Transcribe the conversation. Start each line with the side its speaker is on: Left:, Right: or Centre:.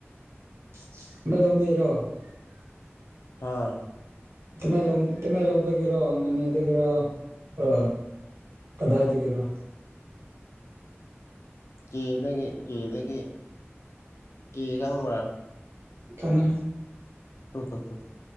Right: <unintelligible>
Left: ꯍꯥꯥ
Right: ꯇꯃꯦꯡꯂꯣꯡ ꯇꯃꯦꯡꯂꯣꯡꯗꯒꯤꯔꯣ ꯅꯣꯅꯦꯗꯒꯤꯔꯣ ꯑ ꯀꯗꯥꯥꯏꯗꯒꯤꯔ
Left: ꯀꯦꯗꯒꯤ ꯀꯦꯗꯒꯤ ꯀꯦ ꯈꯪꯕ꯭ꯔꯥ
Right: ꯈꯪꯉꯦ
Left: ꯍꯍꯍ